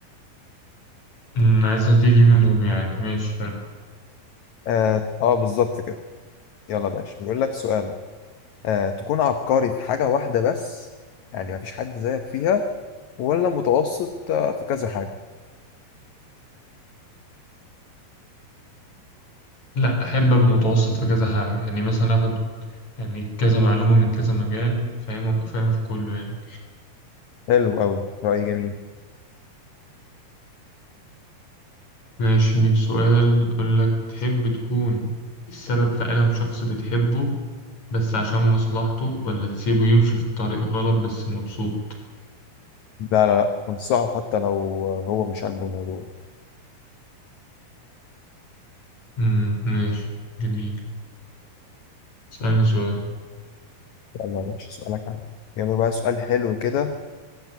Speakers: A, on the left; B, on the left.
A: أمم، عايزها تيجي منهم يعني ماشي حلو
B: آه, آه بالظبط كده يلا يا باشا بيقول لك سؤالك آه تكون عبقري في حاجة واحدة بس يعني مفيش حد زيك فيها ولا متوسط آه، في كذا حاجة
A: لا أحب أبقى متوسط في كذا حاجة يعني مثلا آخد يعني كذا معلومة من كذا مجال فاهم أبقى فاهم في كله يعني
B: حلو أوي رأي جميل
A: ماشي ليك سؤال أقول لك تحب تكون السبب في ألم شخص بتحبه بس عشان مصلحته ولا تسيبه يمشي في طريق غلط بس مبسوط
B: لا لا لا انصحه حتى لو هو مش عاجبه الموضوع
A: امم ماشي جميل اسألني سؤال
B: يلا يا باشا سؤالك عندي يلا بقى سؤال حلو كده